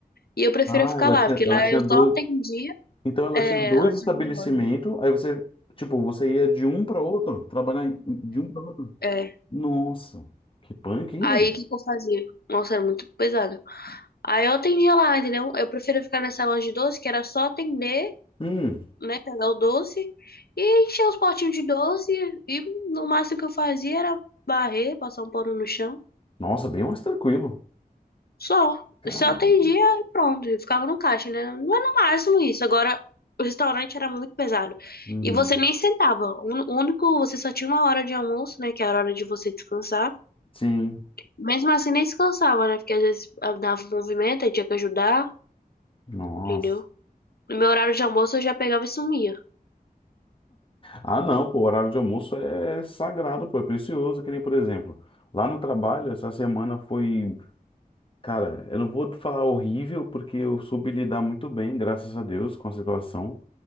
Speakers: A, on the left; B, on the left.
A: E eu preferia
B: Ah,
A: ficar
B: ela
A: lá,
B: tinha,
A: porque
B: ela
A: lá
B: tinha
A: eu
B: dois.
A: só atendia,
B: Então ela
A: é,
B: tinha dois
A: ela tinha
B: estabelecimentos,
A: uma loja.
B: aí você, tipo, você ia de um para outro, trabalhar em- de um para outro.
A: É.
B: Nossa, que punk, hein,
A: Aí
B: velho?
A: o que que eu fazia? Nossa, era muito pesado. Aí eu atendia lá, entendeu? Eu preferia ficar nessa loja de doce, que era só atender
B: Hum,
A: né? Pegar o doce e encher os potinhos de doce. E no máximo que eu fazia era barrer, passar um pano no chão.
B: nossa, bem mais tranquilo.
A: Só.
B: Caramba.
A: Só atendia e pronto. E ficava no caixa, né? Não era no máximo isso. Agora, o restaurante era muito pesado.
B: Uhum.
A: E você nem sentava. O único, você só tinha uma hora de almoço, né? Que era a hora de você descansar.
B: Sim,
A: Mesmo assim, nem descansava, né? Porque às vezes ah, dava um movimento, aí tinha que ajudar,
B: nossa.
A: entendeu? No meu horário de almoço eu já pegava e sumia.
B: Ah, não, pô, o horário de almoço é sagrado, pô, é precioso, que nem, por exemplo, lá no trabalho, essa semana foi, cara, eu não vou falar horrível, porque eu soube lidar muito bem, graças a Deus, com a situação,